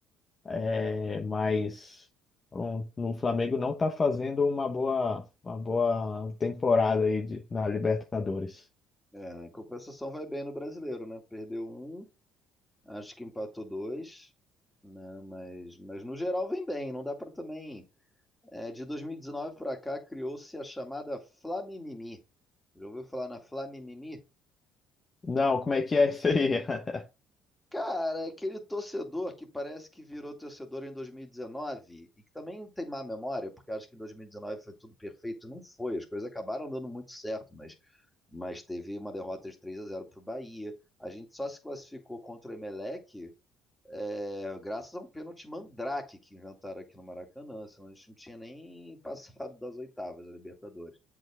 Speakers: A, on the left; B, in the centre.
A: é, mas um, o Flamengo não tá fazendo uma boa, uma boa temporada aí de- na Libertadores.
B: É, em compensação, vai bem no brasileiro, né? Perdeu um, acho que empatou dois, né? Mas, mas no geral, vem bem. Não dá para também É, de 2019 para cá criou-se a chamada Flamimimi. Já ouviu falar na Flamimimi?
A: Não, como é que é isso aí? <laughs>
B: Cara, é aquele torcedor que parece que virou torcedor em 2019 e dezenove e que também tem má memória, porque acho que em 2019 foi tudo perfeito. Não foi, as coisas acabaram dando muito certo, mas, mas teve uma derrota de 3 a 0 para o Bahia. A gente só se classificou contra o Emelec É, graças a um pênalti mandrake que inventaram aqui no Maracanã, senão a gente não tinha nem <laughs> passado das oitavas da Libertadores.